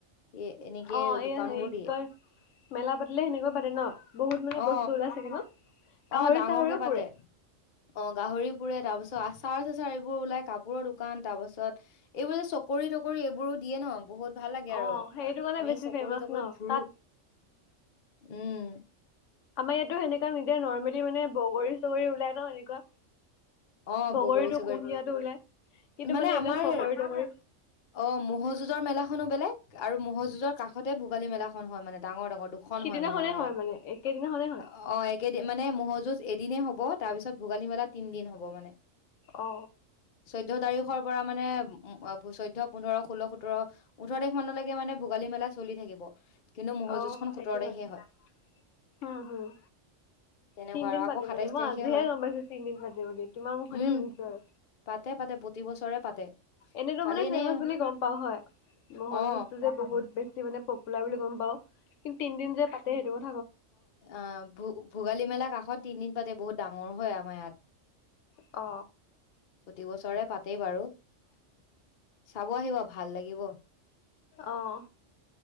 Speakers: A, on the left; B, on the left.
A: এ এনেকে
B: অ এই
A: দোকানবোৰ
B: হেৰি
A: দিয়ে।
B: কি কয় মেলা পাতিলে সেনেকুৱা পাতে ন? বহুত মানে
A: অ
B: বস্তু ওলাই চাগে ন? গাহৰি
A: অ ডাঙৰকে
B: চাহৰিও
A: পাতে,
B: পুৰে
A: অ গাহৰি পুৰে। তাৰ পাছত আচাৰ-চাচাৰ এইবোৰ ওলাই কাপোৰৰ দোকান, তাৰ পাছত এইবোৰ যে চকৰি- তকৰি এইবোৰো দিয়ে ন বহুত ভাল লাগে আৰু
B: অ সেইটো কাৰণে
A: আমি
B: বেছি
A: চকৰি-
B: ফেমাচ
A: তকৰিত
B: ন
A: ঘূুৰো।
B: তাত
A: উম
B: আমাৰ ইয়াতো সেনেকা নিদিয়া নৰ্মেলি মানে বগৰী চগৰী ওলাই ন এনেকুৱা
A: অ
B: বগৰীটো
A: বগৰী চগৰী।
B: কুঁহিয়াটো ওলাই কিন্তু
A: মানে
B: এইবিলাক
A: আমাৰ
B: চকৰি তকৰি
A: অ ম'হ যুজৰ মেলাখনো বেলেগ। আৰু ম'হ যুঁজৰ কাষতে ভোগালী মেলাখন হয় মানে ডাঙৰ ডাঙৰ দুখন
B: সিদিনাখনে
A: হয় মানে আমাৰ
B: হয়
A: ইয়াত।
B: মানে একেদিনাখনে হয়
A: অ অ একেদিন মানে ম'হ যুঁজ এদিনেই হ'ব তাৰ পিছত ভোগালী মেলাত তিন দিন হ'ব মানে
B: অ
A: চৈধয় তাৰিখৰ পৰা মানে উ চৈধ্য পোন্ধৰ ষোল্ল সোতৰ ওঠৰাৰিখ মানলৈকে মানে ভোগালী মেলা চলি থাকিব। কিন্তু ম'হৰ
B: আহ
A: যুঁজখন
B: সেইটো
A: সোতৰ
B: <unintelligible>
A: তাৰিখে হয়
B: হম হম্
A: তেনেকুৱা
B: তিনদিন
A: আৰু আকৌ
B: পাতে
A: সাতাইশ
B: মানে মই
A: তাৰিখে
B: আজিহে
A: হয়
B: গম পাইছো তিনদিন পাতে বুলি। তোমাৰ মুখতহে
A: উম
B: শুনিছো আৰু
A: পাতে পাতে প্ৰতি বছৰে পাতে
B: এনেতো
A: খালি
B: মানে
A: এনেই
B: ফেমাচ বুলি গম পাও হয় ম'হৰ
A: অ
B: যুঁজটো যে বহুত বেছি মানে পপুলাৰ বুলি গ'ম পাও কিন্তু তিনদিন যে পাতে সেইটোথা
A: অ ভ ভোগালী মেলা কাষত তিনদিন পাতে বহুত ডাঙৰ হয় আমাৰ ইয়াত।
B: অ
A: প্ৰতি বছৰে পাতেই বাৰু চাব আহিব। ভাল লাগিব।
B: আহ